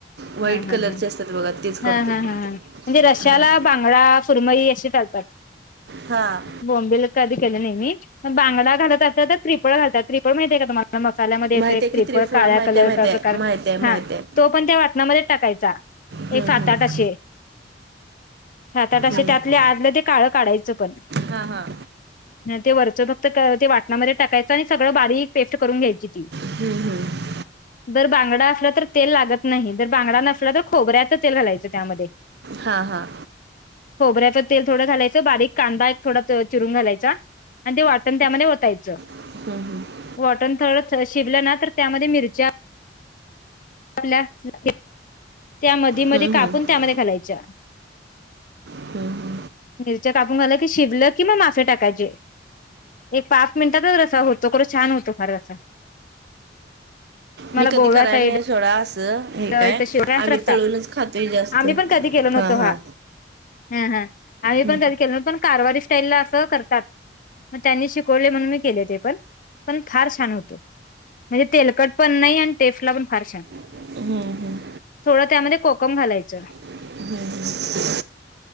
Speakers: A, on the right; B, on the left.
A: व्हाईट
B: हा हा
A: कलरचे
B: हा
A: असतात बघा, तेच करतोय.
B: हा हा हा हा म्हणजे रशाला
A: हा
B: बांगडा, सुरमई असे चालतात.
A: हां.
B: बोंबील कधी केले नाही मी, पण बांगडा घालत असाल तर त्रिफळ घालतात. त्रिफळ माहितेय का तुम्हा म मसाल्यामध्ये येतो
A: माहितीये
B: एक त्रिपळ,
A: की त्रिफळ
B: काळ्या
A: माहितीये
B: कलरचा
A: माहितीये
B: प्रकार.
A: माहितीये
B: हा.
A: माहितीये
B: तो पण त्या वाटणामध्येच टाकायचा. एक
A: हम्म
B: सात
A: हम्म
B: आठ असे सात-आठ असे
A: हम्म
B: टाकले, आतलं ते काळं काढायचं पण.
A: हा हा.
B: ते वरच फक्त ते वाटणामध्ये टाकायचं आणि सगळं बारीक पेस्ट करून घ्यायची ती.
A: हम्म हम्म.
B: बर बांगडा असला तर तेल लागत नाही. जर बांगडा नसला तर खोबऱ्याचं तेल घालायचं त्यामध्ये.
A: हा हा.
B: खोबऱ्याचं तेल थोडं घालायचं. बारीक कांदा एक थोडा चिरून घालायचा. आणि ते वाटण त्यामध्ये ओतायचं.
A: हम्म हम्म.
B: वाटण थोड शिजलं ना, तर त्यामध्ये मिरच्या <unintelligible> त्या मध्ये मध्ये
A: हम्म
B: कापून
A: हम्म
B: त्यामध्ये घालायच्या.
A: ह.
B: मिरच्या कापून घालं की शिजलं की मग मासे टाकायचे. एक पाच मिनिटातच रसा होतो. करू छान होतो फार रस्सा.
A: मी कधी
B: गोव्या
A: करायला
B: साईड
A: नाही सोडा असं हे काय.
B: इथं शिवरायाच
A: आम्ही
B: रस्सा
A: तळूनच खातोय जास्त.
B: आम्ही पण कधी केलो नव्हतो
A: हा, हा.
B: हा हा. आम्ही
A: हम्म
B: पण कधी केलं नव्हतं पण कारवारी तेनला असं करतात. मग त्यांनी शिकवले म्हणून मी केले ते पण. पण फार छान होतं. म्हणजे तेलकट पण नाही आणि टेस्टला पण फार छान.
A: हम्म हम्म.
B: थोडं त्यामध्ये कोकम घालायचं.
A: हम्म हम्म.